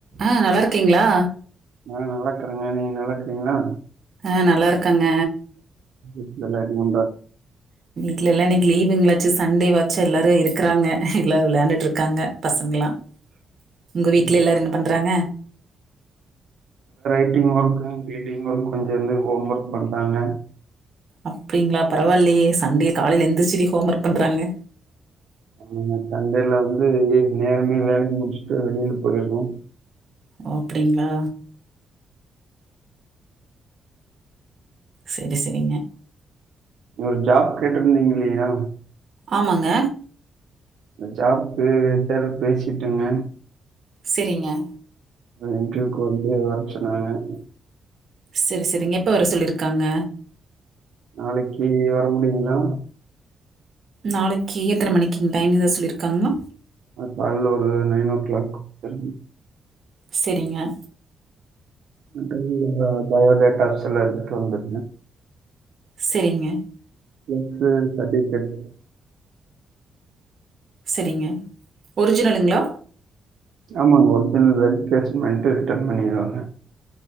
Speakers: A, on the right; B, on the right.
A: அ நல்லாருக்கீங்ளா
B: அ நல்லாக்குறங்க நீங்க நல்லாக்குறிங்ளா
A: அ நல்லாருக்கங்க
B: வீட்ல எல்லா என்ன பண்றாங்
A: வீட்ல எல்லா இன்னிக்கு லீவுங்களாச்சு சண்டேவாச்சு எல்லாரு இருக்கிறாங்க எல்லா வெளைண்டுட்டு இருக்காங்க பசங்களல்லா உங்க
B: சரி
A: வீட்ல எல்லாரு என்ன பண்றாங்க
B: பெயின்டிங் ஒர்க் ரீடிங் ஒர்க் கொஞ்சோ இருந்து ஹோம் ஒர்க் பண்றாங்க
A: அப்டிங்களா பரவாயில்லியே சண்டே காலையில எந்திருச்சிது ஹோம் ஒர்க் பண்றாங்க
B: ஆனா சண்டேல வந்து நேரமே வேல முடிச்சுட்டு வெளில போயிருணு
A: ஓ அப்டிங்களா சரி சரிங்க
B: ஒரு ஜாப் கேட்டிருந்தீங்க இல்லயா
A: ஆமாங்க
B: ஜாப்கு எச்ஆர் பேசிட்டங்க
A: சரிங்க
B: இன்டர்வியூகு வந்து வரசொன்னாங்க.
A: சரி சரிங்க எப்ப வர சொல்லிருக்காங்க
B: நாளைக்கு வர முடியுங்களா
A: நாளைக்கு எத்தன மணிக்கு டைம் எதா சொல்லிருக்காங்களா
B: கால்ல ஒரு நைன்ஓ கிளாக் வந்துருக
A: சரிங்க
B: அது பயோடேட்டா சில எடுத்துட்டு வந்துருக
A: சரிங்க
B: இன்டர்வியூ சர்டிஃபிகெட்
A: சரிங்க ஒரிஜினலுங்களா
B: ஆமாங்க ஒரிஜினல் வெறிபிகேஷன் பண்ணிட்டு ரிட்டர்ன் பண்ணிடுவாங்க